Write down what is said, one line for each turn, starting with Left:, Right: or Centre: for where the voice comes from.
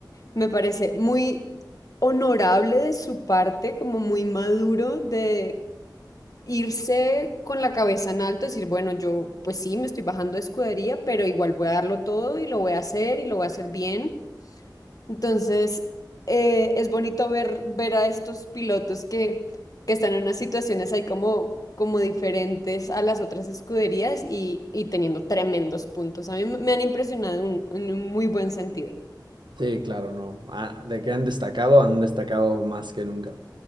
Left: Me parece muy honorable de su parte, como muy maduro de irse con la cabeza en alto, decir, bueno, yo pues sí, me estoy bajando de escudería, pero igual voy a darlo todo y lo voy a hacer y lo voy a hacer bien. Entonces, eh, es bonito ver, ver a estos pilotos que, que están en unas situaciones ahí como, como diferentes a las otras escuderías y, y teniendo tremendos puntos. A mí me me han impresionado en un en un muy buen sentido.
Right: Sí, claro, no. Ah, de que han destacado, han destacado más que nunca.